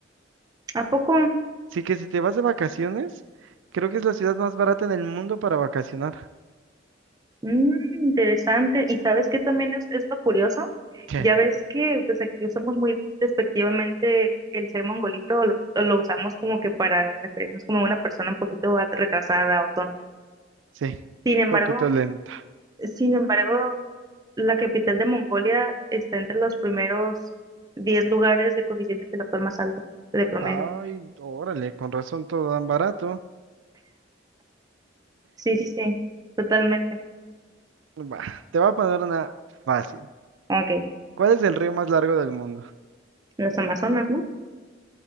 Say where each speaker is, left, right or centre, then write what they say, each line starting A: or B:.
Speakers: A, on the right (about 20°); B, on the right (about 75°).
A: ¿A poco?
B: Así que si te vas de vacaciones, creo que es la ciudad más barata en el mundo para vacacionar.
A: Mm, interesante. ¿Y sabes qué también es, es lo curioso?
B: ¿Qué?
A: Ya ves que pues aquí usamos muy despectivamente el ser mongolito, o lo, o lo usamos como que para referirnos como a una persona un poquito a- retrasada o tonta.
B: Sí,
A: Sin embargo,
B: poquito lenta.
A: sin embargo, la capital de Mongolia está entre los primeros 10 lugares de coeficiente intelectual más alto de promedio.
B: Ay, órale, con razón todo tan barato.
A: Sí, sí, sí, totalmente.
B: Va, te voy a poner una fácil.
A: Ok,
B: ¿Cuál es el río más largo del mundo?
A: las Amazonas, ¿no?